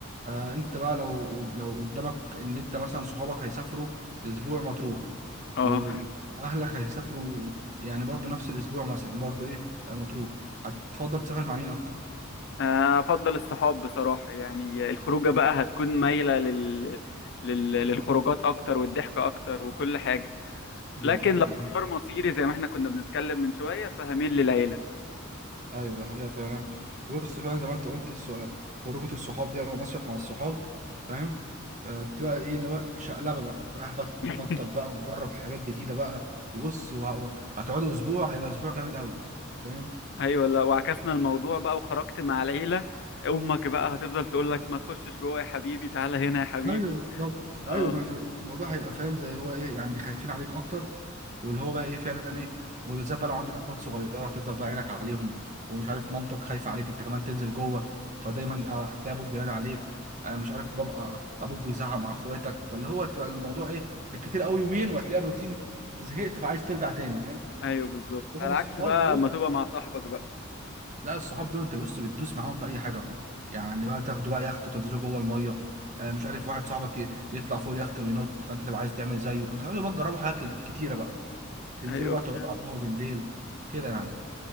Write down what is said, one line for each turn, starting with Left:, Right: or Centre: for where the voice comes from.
Right: آه انت بقى لو لو قدامك ان انت مثلا صحابك هيسافروا اسبوع مطروح
Left: اه
Right: و- واهلك هيسافروا يعني برضو نفس الاسبوع مثلا برضو ايه آه، مطروح هتفضل تسافر مع مين اكتر
Left: آه، افضل الصحاب بصراحة يعني الخروجة بقى هتكون مايلة لل... لل... للخروجات اكتر والضحك اكتر وكل حاجة
Right: بالظبط
Left: لكن لو
Right: تمام
Left: قرار مصيري زي ما احنا كنا بنتكلم من شوية فهميل للعيلة
Right: ايوه ده حقيقه فعلا بص فعلا زي ما انت قلت السؤال خروجه الصحاب دي او مصيف مع الصحاب فاهم آه، بتبقى ايه اللي هو شقلبه بقى رايح بقى تتنطط
Left: <laughs>
Right: بقى وتجرب حاجات جديده بقى وبص وه- هتقعدوا اسبوع هيبقى اسبوع جامد قوي فاهم
Left: ايوه لا وعكسنا الموضوع بقى وخرجت مع العيله امك بقى هتفضل تقول لك ما تخشش جوه يا حبيبي تعالى هنا يا حبيبي
Right: ايوه بالظبط
Left: اه
Right: ايوه ما أنا- الموضوع هيبقى فاهم زي هو ايه يعني خايفين عليك اكتر واللي هو بقى ايه فعلا ايه وبالذات بقى لو عندك اخوات صغيره هتفضل بقى عينك عليهم ومش عارف مامتك خايفه عليك انت كمان تنزل جوه فدايما آه، هتلاقي ابوك بينادي عليك آه، مش عارف بابا ابوك بيزعق مع اخواتك فاللي هو تبقى الموضوع ايه بالكتير قوي يومين وهتلاقي الروتين زهقت فعايز ترجع تاني فاهم
Left: ايوه بالظبط
Right: لكن
Left: على
Right: الصحاب
Left: عكس بقى
Right: دول
Left: ما تبقى مع صاحبك بقى
Right: لا الصحاب دول انت بص بتدوس معاهم في اي حاجه يعني بقى تاخدوا بقى يخت وتنزلوا جوه الميه آه مش عارف واحد صاحبك ي- يطلع فوق اليخت وينط فانت تبقى عايز تعمل زيه بتقعدوا بقى تجربوا حاجات كت- كتيره بقى تنزلوا
Left: ايوه
Right: بقى
Left: بتاع.
Right: تقعدوا على القهوه بالليل كده يعني